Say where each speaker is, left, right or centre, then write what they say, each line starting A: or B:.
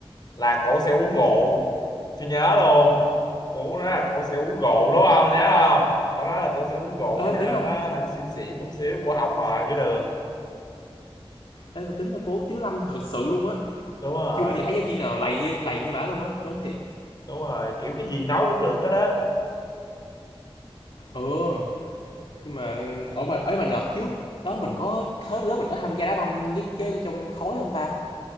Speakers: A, on the left; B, on the left.
A: là cổ sẽ uống rượu tôi nhớ luôn cổ nói là cổ sẽ uống rượu đúng không nhớ không cổ nói là cổ sẽ uống rượu
B: ê mà
A: cho
B: tính ha.
A: nó hơi xỉn xỉn một xíu cổ học bài mới được
B: Ê mà tính là cô Tiếu Lâm thật sự luôn á.
A: đúng rồi
B: Chưa bao giờ thấy giáo viên nào lầy như lầy như bả luôn á, tôi nói thiệt.
A: đúng rồi kiểu cái gì nói cũng được hết đó
B: Ừ, nhưng mà ở mà ấy mà đợt trước đó mình có hết lớp mình có tham gia đá banh với chơi trong khối không ta?